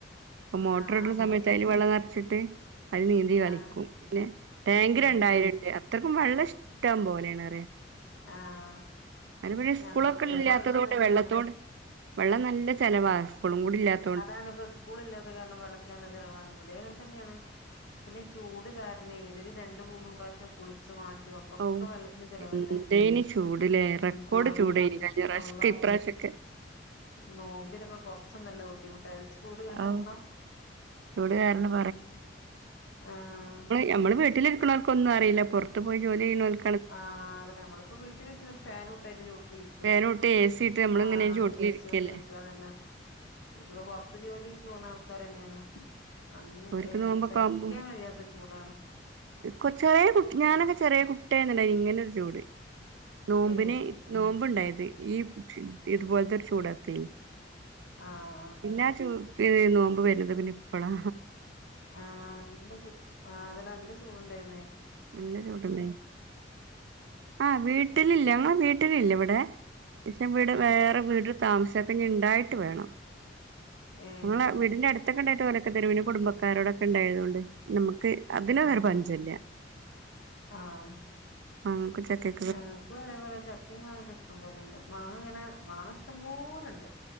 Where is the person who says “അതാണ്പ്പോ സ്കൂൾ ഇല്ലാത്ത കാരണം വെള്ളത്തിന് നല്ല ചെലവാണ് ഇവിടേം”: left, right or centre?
Left